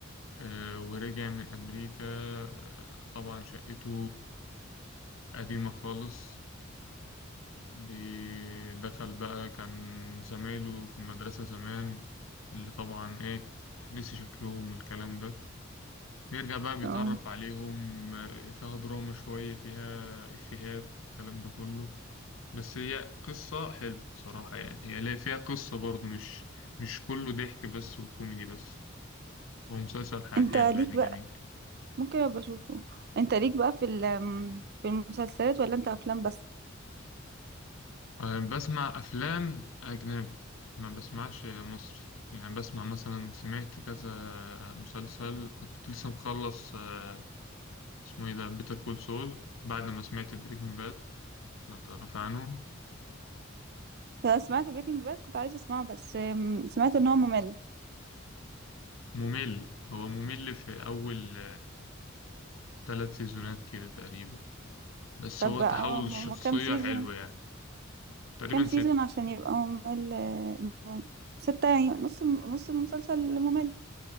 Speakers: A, on the left; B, on the right.
A: آه، ورجع من أمريكا آه، طبعا شقته قديمة خالص بدخل بقى كان زمايله في المدرسة زمان اللي طبعا إيه نسي شكلهم والكلام ده بيرجع بقى بيتعرف
B: اه
A: عليهم آه، فيها دراما شوية فيها إفيهات الكلام ده كله بس هي قصة حلوة صراحة يعني هي ليه- فيها قصة برضو مش مش كله ضحك بس وكوميدي بس هو مسلسل ح-
B: انت
A: حلو
B: ليك
A: يعني جميل
B: ممكن ابقى اشوفه انت ليك بقى في ال- في المسلسلات ولا انت افلام بس
A: أه، بسمع أفلام أجنبي ما بسمعش مصري يعني بسمع مثلا سمعت كذا مسلسل كنت لسه مخلص أه، اسمه ايه ده بيتر كول سول بعد ما سمعت بريكنج باد لو تعرف عنه
B: انا سمعت بريكنج باد كنت عايزه اسمعه بس أم، سمعت ان هو ممل
A: ممل هو ممل في أول ثلاث سيزونات كده تقريبا بس
B: طب
A: هو
B: هو
A: تحول
B: م-
A: الشخصية
B: هو كام سيزون
A: حلو يعني تقريبا
B: كام سيزون
A: ست
B: عشان يبقى ممل أم، ستة يعني نص الم- نص المسلسل ممل